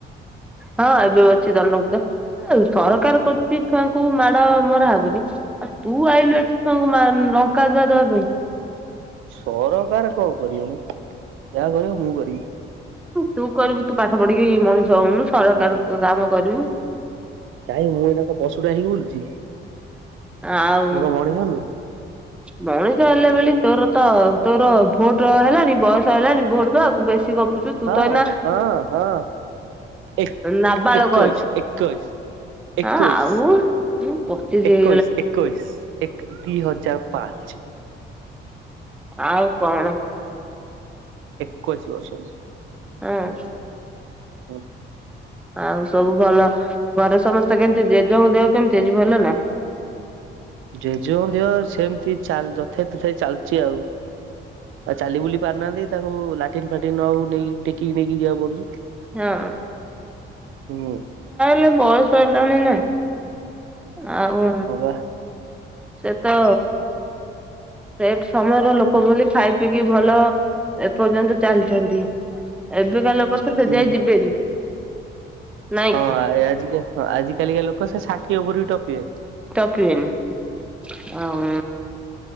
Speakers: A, in the centre; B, on the right.
A: ହଁ। ଅଛି ଦଣ୍ଡ ଆଉ ସରକାର କରୁଛି ଛୁଆଙ୍କୁ ମାଡ ମରାହବନି ଆଉ ତୁ ଲଙ୍କା ଧୁଆ ଦବା ପାଇଁ।
B: ସରକାର କଣ କରିବମ ଯାହା କରିବ ମୁଁ କରିବି।
A: ତୁ କରିବୁ ତୁ ପାଠ ପଢିକି ମଣିଷ ହଉନୁ ସରକାର କାମ କରିବୁ।
B: କାଇଁ ମୁଁ ଏଇନା କଣ ପଶୁଟା ହେଇକି ବୁଲୁଛି।
A: ଆଉ
B: ମୁଁ କଣ ମଣିଷ ନୁହେଁ
A: ମଣିଷ ହେଲା ବୋଲି ତୋର ତ ତୋର ଭୋଟ ହେଲାଣି ବୟସ ହେଲାଣି ଭୋଟ ଦବା ବେଶୀ ପୁଛୁ ତୁ
B: ହଁ
A: ତ ଏନା
B: ହଁ ହଁ ଏକ
A: ନାବାଳକ
B: ଏକୋଇଶ
A: ଅଛୁ।
B: ଏକୋଇଶ
A: ହଁ
B: ଏକୋଇଶ।
A: ଆଉଁ ପଚିଯାଇ
B: ଏକୋଇଶ ଏକୋଇଶ ଏକ ଦିଇ ହଜାର ପାଞ୍ଚ
A: ଆଉ କଣ?
B: ଏକୋଇଶ ବର୍ଷ।
A: ହଁ।
B: ହ।
A: ଆଉ ସବୁ ଭଲ ଘରେ ସମସ୍ତେ କେମିତି ଜେଜେଙ୍କ ଦେହ କେମିତି ଭଲ ନା?
B: ଜେଜେକଂ ଦିହ ସେମତି ଯଥେ ତଥ ଚାଲିଛି ଆଉ ଆଉ ଚାଲି ବୁଲି ପାରୁନାହାନ୍ତି, ତାଙ୍କୁ ଲାଟିନ୍ ଫାଟିନ୍ ନଉ ନେଇକି ଟେକିକି ନେଇକି ଯିବା ପଡୁଛି।
A: ହଁ
B: ହୁଁ
A: ଯ ବୟସ ହେଲାଣି ନା, ଆଉ
B: ହଁ ବା
A: ସେ ତ ସେ ସମୟର ଲୋକ ବୋଲି ଖାଇ ପିିଇ କି ଭଲ ଏପର୍ଯ୍ୟନ୍ତ ଚାଲିଛନ୍ତି। ଏବେକା ଲୋକ ତ ସେ
B: ହୁଁ।
A: ଯାଇ ଯିବେନି ନାଇଁ
B: ହଁ
A: କି
B: ଆ ଆ ଆଜି କାଲିକା ଲୋକ ସେ ଷାଠିଏ ଓପରକୁ ବି ଟପିବେ
A: ଟପିବନି ଆଉ